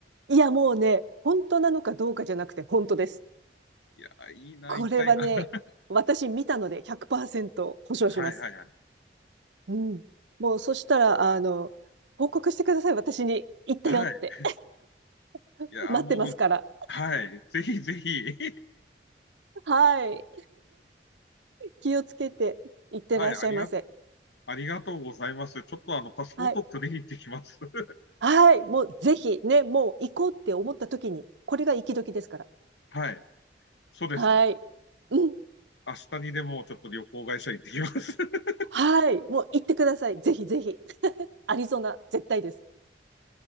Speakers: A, on the right; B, on the left.
A: いや、もうね、本当なのかどうかじゃなくて、本当です。
B: <laughs> いや、いいな、
A: これはね、
B: 行きたいな。<laughs>
A: 私見たので100%保証します。
B: はいはいはい。
A: うん。もう、そしたら、あの、報告してください。私に行ったよって。
B: はい。
A: <laughs>
B: いや、
A: 待ってますから。
B: もう、はい。ぜひぜひ。
A: はい。気をつけていってらっしゃいませ。
B: <laughs> はい。ありが、ありがとうございます。ちょっとあの、パスポート取りに行ってきます。
A: はい。
B: <laughs>
A: はい。もうぜひね、もう行こうって思った時に、これが行き時ですから。
B: はい。そうですね。
A: はい。うん。
B: 明日にでもちょっと旅行会社行ってきます。<laughs>
A: はい。もう行ってください。ぜひぜひ。アリゾナ、絶対です。